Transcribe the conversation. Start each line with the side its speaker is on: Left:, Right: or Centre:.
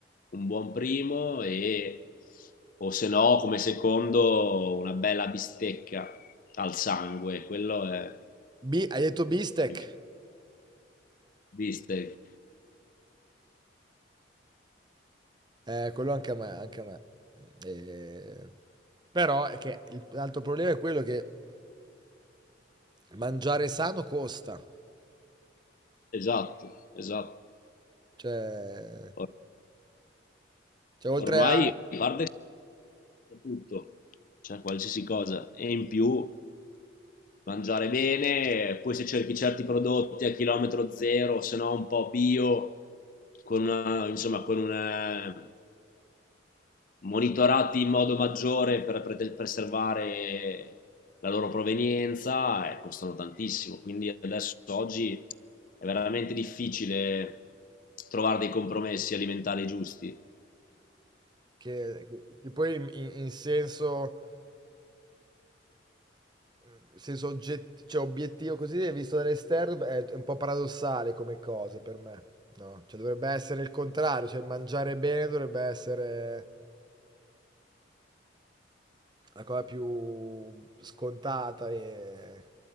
Left: un buon primo e o se no come secondo una bella bistecca al sangue, quello è
Right: Bi- hai detto bistec?
Left: mi piace. bistecca.
Right: Eh, quello anche a me, anche a me. Eh, però è che il- l'altro problema è quello che mangiare sano costa.
Left: Esatto, esatto.
Right: Cioè,
Left: Or-
Right: cioè oltre
Left: ormai
Right: a...
Left: parlo tutto, cioè qualsiasi cosa. E in più mangiare bene, poi se cerchi certi prodotti a chilometro zero, se no un po' bio, con una, insomma, con una monitorati in modo maggiore per, per preservare la loro provenienza e eh, costano tantissimo. Quindi adesso oggi è veramente difficile trovare dei compromessi alimentari giusti.
Right: Che, che- che poi in in- in senso... nel senso ogget- cioè, obiettivo così, visto dall'esterno, beh, è un po' paradossale come cosa per me, no? Cioè dovrebbe essere il contrario, cioè il mangiare bene dovrebbe essere la cosa più scontata e,